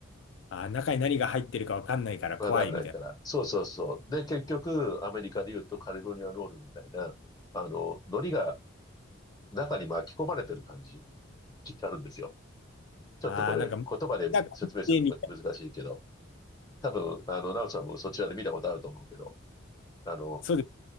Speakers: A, on the left; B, on the left.
A: あー、中に何が入ってるかわかんないから怖いみたい
B: わかんないから。そうそうそう。で、結局、アメリカで言うとカリフォルニアロールみたいな、あの、海苔が中に巻き込まれてる感じになるんですよ。ちょっとこれ、
A: な。ああ、なんか、
B: 言葉で説明するのむ難しいけど、
A: なんかみたいな。
B: 多分、あの、ナオさんもそちらで見たことあると思うけど、あの、
A: そうです。